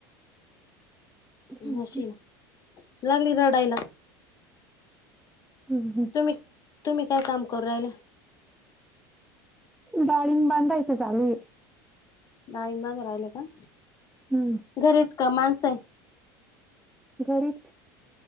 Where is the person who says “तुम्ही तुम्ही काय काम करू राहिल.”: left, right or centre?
Left